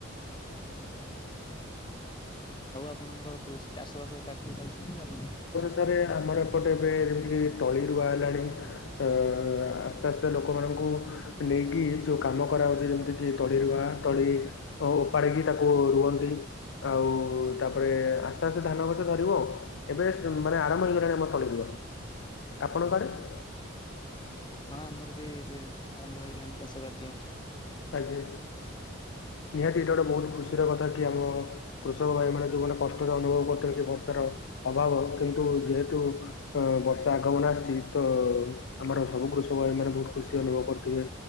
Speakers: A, on the left; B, on the left.
A: ହୁଁ ହୁଁ। ଆଉ ଆପଣଙ୍କର କୃଷି ଚାଷ ବାସ କାର୍ଯ୍ୟ ଚାଲିଛି ନା ଚାଲିନାହିଁ?
B: ସରେ ଆମର ଏପଟେ ଏବେ ଯେମିତିକି ତଳି ରୁଆ ହେଲାଣି। ହଁ। ଆସ୍ତେ ଆସ୍ତେ ଲୋକମାନଙ୍କୁ ନେଇକି ଯୋଉ କାମ କରାଉଛି। ଯେମିତି କି ତଳି ରୁଆ, ତଳି ଓପାଡିକି ତାକୁ ରୁହନ୍ତି। ଆଉ ତା ତାରେ ଆସ୍ତେ ଆସ୍ତେ ଧାନ ଗଛ ଧରିବ। ଏବେ ମାନେ ଆରମ୍ୱ ହେଇଗଲାଣି ଆମର ତଳିରୁଆ। ଆପଣଙ୍କଆଡ଼େ।
A: ହଁ ଆମର ବି ଏବେ ଆରମ୍ଭ ହେଇଗଲାଣି ଚାଷ କାର୍ଯ୍ୟ।
B: ଆଜ୍ଞା। ନିହାତି ଏଇଟା ଗୋଟେ ବହୁତ ଖୁସି ର କଥା କି, ଆମ କୃଷକ ଭାଇ ମେ ଯୋଉମାନେ କଷ୍ଟ ଅନୁଭବ
A: ହୁଁ,
B: କରୁଥିଲେ କି ବର୍ଷାର ଅଭାବ, କିନ୍ତୁ ଯେହେତୁ ଅ ବର୍ଷା ଆଗମନ ଆସଛି। ତ ଆମର ସବୁ କୃଷକ ଭାଇ ମାନେ ବହୁତ ଖୁସି ଅନୁଭବ କରୁଥିବେ।